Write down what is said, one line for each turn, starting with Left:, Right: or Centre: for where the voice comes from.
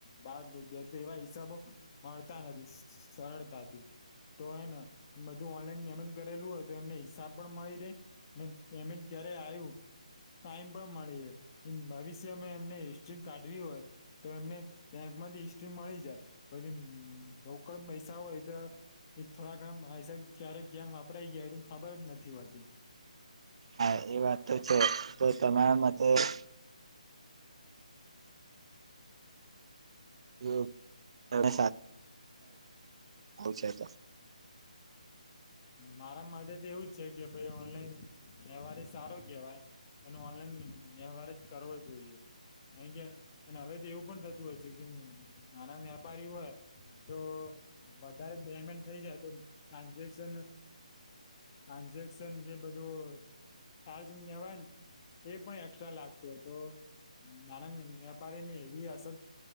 Left: બાારદ રૂપિયા એવા હિસાબો મળતા નથી સરળતાથી તો એને બધું ઓનલાઈન પેમેન્ટ કરેલું હોય તો એમને હિસાબ પણ મળી રે પેમેન્ટ ક્યારે આવ્યું ટાઈમ પણ મળી ભવિષ્યમે એમને હિસ્ટ્રી કાઢવી હોય તો એમને ત્યાં માંથી હિસ્ટ્રી મળી જાય પછી રોકડ પૈસા હોય તો એ થોડા ઘસા ક્યારે કે્યામ વાપરાય ગયા ખબર જ નથી હોતી
Right: હા એ વાત તો છે તો તમારા માટેતે ત ન દે આવશે તો
Left: મારા મધ તો એવું જ છે કે ભ ઓનલાઈન તહેવારે સારો કેવાય અને ઓ વ્યવહાર જ કરવો જોઈએ અહી કે અને હવે તો એવું પણ થતું હોય છે જે નાના વ્યાપારી હોય તો વધારે પેમેન્ટ થઇ જાય તો ટ્રાન્ઝેક્શન આજેક્શન જે બધું ચાર્જંગ કવાય ને એ પણ એકક્સ્ટ્રા લાગતું હતો નાન વેપારીની એવી અસર